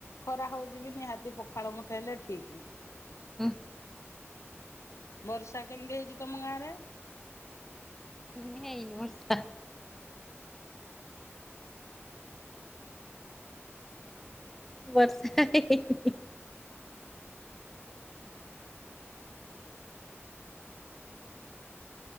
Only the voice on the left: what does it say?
ଖରା ହଉଛିବି ନିହାତି ପଖାଳ ମୁଠେ ହେଲେ ଠିକ୍।
ବର୍ଷା କେମିତି ହେଇଛି ତମ ଗାଁ ରେ।